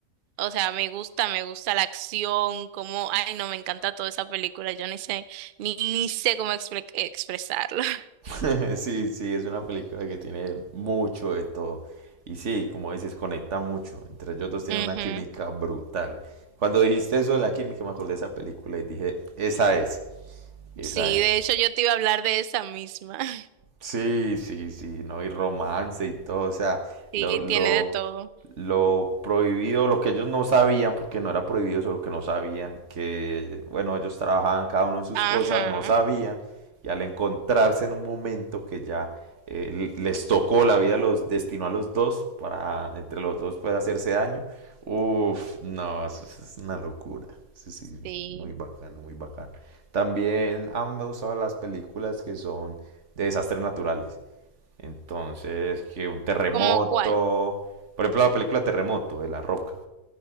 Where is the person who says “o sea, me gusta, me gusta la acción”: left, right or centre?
Right